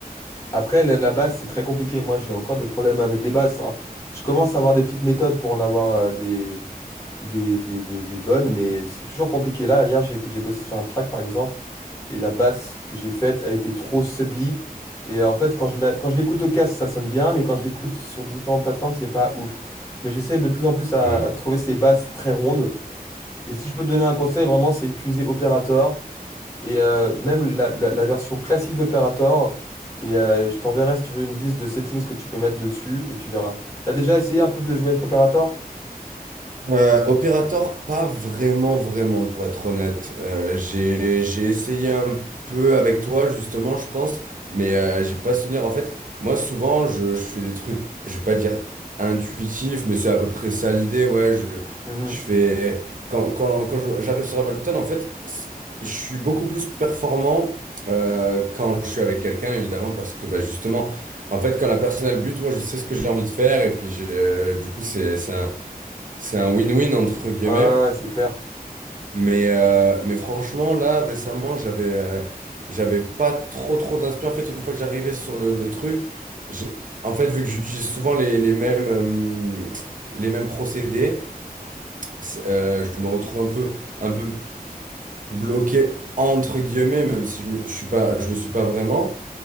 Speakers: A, on the left; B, on the right.
A: Après, la, la basse, c'est très compliqué. Moi, j'ai encore des problèmes avec les basses, hein. Je commence à avoir des petites méthodes pour en avoir euh, des, des, des, des, des bonnes, mais c'est toujours compliqué. Là, hier, j'ai j'ai bossé sur un track, par exemple, et la basse que j'ai faite, elle était trop subie. Et en fait, quand je la- quand je l'écoute au casque, ça sonne bien, mais quand je l'écoute sur différentes plateformes, c'est pas ouf. Mais j'essaie de plus en plus à,
B: Mm.
A: à trouver ces basses très rondes. Et si je peux te donner un conseil, vraiment, c'est utiliser Operator, et euh, même la, la- la version classique d'Operator. Et euh, je t'enverrai, si tu veux, une liste de settings que tu peux mettre dessus, et tu verras. T'as déjà essayé un peu de jouer avec Operator?
B: Euh, opérateur, pas vraiment, vraiment, pour être honnête. Euh, j'ai, j'ai essayé un peu avec toi, justement, je pense, mais euh, j'ai pas souvenir. En fait, moi, souvent, je, je fais des trucs, je vais pas dire intuitifs, mais c'est à peu près ça l'idée, ouais. Je, je
A: Mhm.
B: fais. Quand, quand, quand je- j'arrive sur Ableton, en fait, c- je suis beaucoup plus performant euh, quand je suis avec quelqu'un, évidemment, parce que, bah, justement, en fait, quand la personne a le but, moi, je sais ce que j'ai envie de faire, et puis, j'ai- euh, du coup, c'est, c'est un. C'est un win-win entre guillemets,
A: Ouais, ouais, ouais, c'est clair.
B: mais, euh, mais franchement, là, récemment, j'avais euh, j'avais pas trop trop d'inspiration. En fait, une fois que j'arrivais sur le, le truc, j'ai- en fait, vu que j'utilise souvent les, les mêmes, euh, les mêmes procédés, c'est- euh, je me retrouve un peu, un peu bloqué entre guillemets, même si je, me- je suis pas, je le suis pas vraiment.